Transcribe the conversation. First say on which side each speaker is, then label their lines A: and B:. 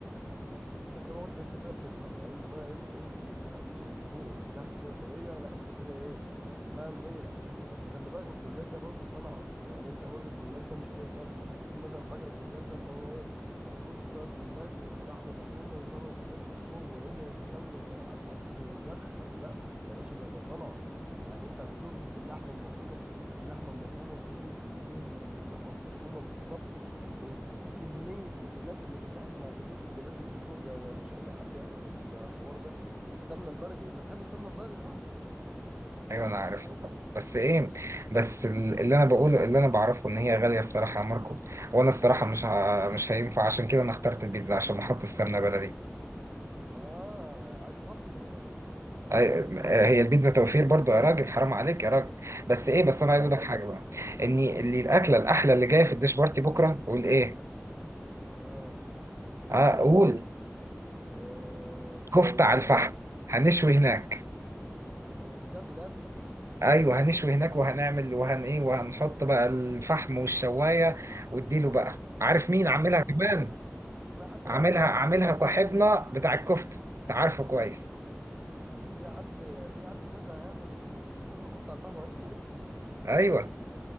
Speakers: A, on the right; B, on the right.
A: بس ما هو انت انت كده بتفهم يعني انت بدل انت قلت م- قرمشه من فوق ومن تحت كده طريه لا انت كده ايه فاهم راجل اكيد اصل خلي بالك الجلاش ده برضه صنعه يعني انت برضه الجلاش ده مش اي طرش يعني في مثلا فاكر الجلاش ده اللي هو ايه هترص شويه جلاش ولحمه مفرومه وطبق الجلاش من فوق وادهن سمنه على الوش ودخل لا يا باشا ده ده صنعه يعني انت هتظبط اللحمه المفرومه كميه اللحمه المفرومه وكميه الدهن اللي في اللحمه المفرومه بالظبط كمية الجلاش اللي من تحت مع كمية الجلاش اللي من فوق ده أنا مش أي حد يعمل الحوار ده والسمنة البلدي أنت بتحب السمنة البلدي صح؟
B: ايوه انا عارفها طبعا بس ايه بس ال- اللي انا بقوله اللي انا بعرفه ان هي غاليه الصراحه يا ماركو وانا الصراحه مش ه... مش هينفع عشان كده انا اخترت البيتزا عشان احط السمنه بلدي
A: آه عايز توفر يعني
B: أي- هي البيتزا توفير برضو يا راجل حرام عليك يا راجل بس ايه
A: آه
B: بس انا عايز اقول لك حاجه بقى ان اللي الاكله الاحلى اللي جايه في الديش بارتي بكره قول ايه
A: آه
B: اه
A: إم-
B: قول
A: آه،
B: كفته
A: مش عارف
B: على الفحم هنشوي هناك
A: أنت بتتكلم بجد
B: ايوه هنشوي هناك وهنعمل وهن ايه وهنحط بقى الفحم والشوايه واديله بقى عارف مين
A: في
B: عاملها
A: حد هيجيب
B: كمان
A: فعلا في حد
B: عاملها
A: هيعمل كفتة
B: عاملها
A: على الفحم
B: صاحبنا بتاع الكفته انت عارفه كويس
A: في حد يعني في حد بجد هيعمل بكرة كفتة على الفحم وهيشوي
B: ايوه